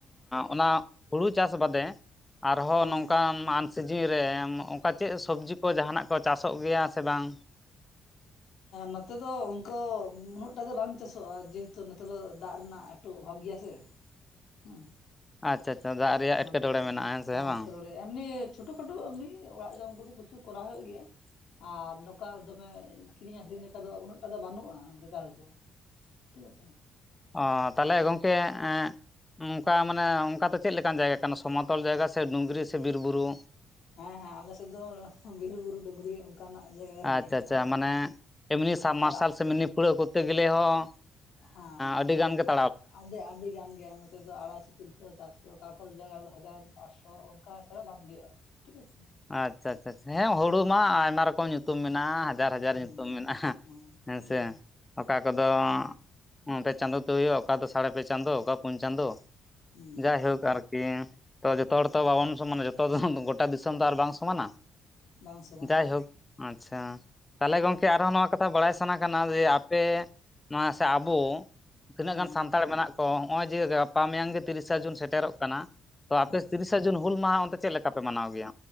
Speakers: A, on the left; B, on the left.
A: ᱚᱱᱟ ᱦᱩᱲᱩ ᱪᱟᱥ ᱵᱟᱫᱮ ᱟᱨᱦᱚᱸ
B: ᱦᱮᱸ
A: ᱱᱚᱝᱠᱟᱱ ᱟᱱ ᱥᱤᱡᱤᱱ ᱨᱮ ᱚᱱᱠᱟ ᱪᱮᱫ ᱥᱚᱵᱽᱡᱤ ᱠᱚ ᱡᱟᱦᱟᱱᱟᱜ ᱠᱚ ᱪᱟᱥᱚᱜ ᱜᱮᱭᱟ ᱥᱮ ᱵᱟᱝ
B: ᱱᱚᱛᱮ ᱫᱚ ᱚᱱᱠᱟ ᱩᱱᱟᱹᱜ ᱴᱟ ᱫᱚ ᱵᱟᱝ ᱪᱟᱥᱚᱜᱼᱟ ᱡᱮᱦᱮᱛᱩ ᱱᱚᱛᱮ ᱫᱚ ᱫᱟᱜ ᱨᱮᱱᱟᱜ ᱮᱠᱴᱩ ᱵᱷᱟ ᱜᱮᱭᱟ ᱥᱮ ᱦᱮᱸ
A: ᱟᱪᱪᱷᱟ ᱟᱪᱪᱷᱟ ᱫᱟᱜ ᱨᱮᱭᱟᱜ
B: ᱚᱱᱟᱛᱮ
A: ᱮᱴᱠᱮᱴᱚᱬᱮ ᱢᱮᱱᱟᱜᱼᱟ ᱥᱮ
B: ᱦᱮᱸ
A: ᱵᱟᱝ
B: ᱨᱴᱠᱮ ᱴᱚᱬᱮ ᱮᱢᱱᱤ ᱪᱷᱳᱴᱳ ᱠᱟᱴᱳ ᱮᱢᱱᱤ ᱚᱲᱟᱜ ᱡᱚᱢ ᱠᱚᱫᱚ ᱠᱤᱪᱷᱩ ᱠᱚᱨᱟᱣ ᱦᱩᱭᱩᱜ ᱜᱮᱭᱟ ᱟᱨ ᱱᱚᱝᱠᱟ ᱫᱚᱢᱮ ᱠᱤᱨᱤᱧ ᱟᱹᱠᱷᱨᱤᱧ ᱞᱮᱠᱟ ᱫᱚ ᱩᱱᱟᱹᱜ ᱴᱟ ᱫᱚ ᱵᱟᱹᱱᱩᱜᱼᱟ ᱪᱟᱥ ᱫᱚ ᱴᱷᱤᱠ ᱟᱪᱪᱷᱟ
A: ᱚ ᱛᱟᱦᱞᱮ ᱜᱚᱢᱠᱮ ᱧ ᱚᱱᱠᱟ ᱢᱟᱱᱮ ᱚᱱᱠᱟ ᱫᱚ ᱪᱮᱫ ᱞᱮᱠᱟᱱ ᱡᱟᱭᱜᱟ ᱠᱟᱱᱟ ᱥᱚᱢᱚᱛᱚᱞ ᱡᱟᱭᱜᱟ ᱥᱮ ᱰᱩᱝᱨᱤ ᱥᱮ ᱵᱤᱨᱼᱵᱩᱨᱩ
B: ᱦᱮᱸ ᱦᱮᱸ ᱟᱞᱮ ᱥᱮᱫ ᱫᱚ ᱵᱤᱨ ᱵᱩᱨᱩ ᱰᱩᱝᱨᱤ ᱚᱱᱠᱟᱱᱟᱜ ᱡᱟᱭᱜᱟ ᱠᱟᱱ
A: ᱟᱪᱪᱷᱟ
B: ᱜᱮᱭᱟ
A: ᱟᱪᱪᱷᱟ
B: ᱦᱮᱸ
A: ᱢᱟᱱᱮ ᱮᱢᱱᱤ ᱥᱟᱵᱢᱟᱨᱥᱟᱞ
B: ᱟᱫᱚ
A: ᱥᱮ ᱮᱢᱱᱤ ᱯᱷᱲᱟᱹ ᱠᱚᱨᱛᱮ ᱜᱮᱞᱮ ᱦᱚᱸ
B: ᱦᱮᱸ
A: ᱟᱹᱰᱤᱜᱟᱱ ᱠᱟ ᱠᱟᱛᱮ
B: ᱟᱹᱰᱤ ᱟᱹᱰᱤᱜᱟᱱ ᱜᱮᱭᱟ ᱱᱚᱛᱮ ᱫᱚ ᱟᱲᱟᱭᱥᱚ ᱛᱤᱱᱥᱚ ᱪᱟᱨᱥᱚ ᱚᱠᱟ ᱠᱳᱨᱮ ᱡᱟᱭᱜᱟ ᱨᱮᱫᱚ ᱦᱟᱡᱟᱨ ᱟᱴᱥᱚ ᱚᱱᱠᱟ ᱟᱪᱷᱟᱲᱟ ᱵᱟᱝ ᱦᱩᱭᱩᱜᱼᱟ ᱴᱷᱤᱠ ᱟᱪᱷᱮ
A: ᱟᱪᱪᱷᱟ ᱟᱪᱪᱷᱟ ᱦᱮᱸ ᱦᱩᱲᱩ ᱢᱟ ᱟᱭᱢᱟ ᱨᱚᱠᱚᱢ ᱧᱩᱛᱩᱢ ᱢᱮᱱᱟᱜᱼᱟ ᱦᱟᱡᱟᱨ
B: ᱦᱩᱸ
A: ᱧᱩᱛᱩᱢ ᱢᱮᱱᱟᱜᱼᱟ
B: ᱦᱩᱸ
A: ᱦᱮᱸᱥᱮ
B: ᱦᱩᱸ
A: ᱚᱠᱟ ᱠᱚᱫᱚ ᱚᱫᱚ ᱯᱮ ᱪᱟᱸᱫᱚ ᱛᱮ ᱦᱩᱭᱩᱜᱼᱟ ᱚᱠᱟ ᱫᱚ ᱥᱟᱲᱮ ᱯᱮ ᱪᱟᱸᱫᱚ ᱚᱠᱟ ᱯᱩᱱ ᱪᱟᱸᱫᱚ
B: ᱦᱩᱸ
A: ᱡᱟᱭᱦᱳᱠ ᱟᱨᱠᱤ ᱛᱚ ᱡᱚᱛᱚ ᱦᱚᱲ ᱛᱚ ᱵᱟᱵᱚᱱ ᱥᱚᱢᱟᱱᱟ ᱢᱟᱱᱮ ᱡᱚᱛᱚ ᱜᱚᱴᱟ ᱫᱤᱥᱚᱢ ᱫᱤᱥᱚᱢ ᱫᱚ ᱟᱨ ᱵᱟᱝ ᱥᱚᱢᱟᱱᱟ᱾
B: ᱵᱟᱝ ᱥᱚᱢᱟᱱᱟ
A: ᱡᱟᱭᱦᱳᱠ ᱟᱪᱪᱷᱟ ᱛᱟᱦᱞᱮ ᱜᱚᱝᱠᱮ ᱟᱨᱦᱚᱸ ᱱᱚᱣᱟ ᱠᱟᱛᱷᱟ ᱵᱟᱲᱟᱭ ᱥᱟᱱᱟ ᱠᱟᱱᱟ ᱡᱮ ᱟᱯᱮ ᱱᱚᱣᱟ ᱥᱮ ᱟᱵᱚ ᱛᱤᱱᱟᱹᱜ
B: ᱦᱮᱸ
A: ᱜᱟᱱ ᱥᱟᱱᱛᱟᱲ ᱢᱮᱱᱟᱜ ᱠᱚ ᱱᱚᱜᱼᱚᱭ ᱡᱮ ᱜᱟᱯᱟ ᱢᱮᱭᱟᱝ ᱜᱮ ᱛᱤᱨᱤᱥᱟ ᱡᱩᱱ ᱥᱮᱴᱮᱨᱚᱜ ᱠᱟᱱᱟ ᱛᱚ ᱟᱯᱮ
B: ᱟᱪᱪᱷᱟ
A: ᱛᱤᱨᱤᱥᱟ ᱡᱩᱱ ᱦᱩᱞ ᱢᱟᱦᱟ ᱚᱱᱛᱮ ᱪᱮᱫ ᱞᱮᱠᱟ ᱯᱮ ᱢᱟᱱᱟᱣ ᱜᱮᱭᱟ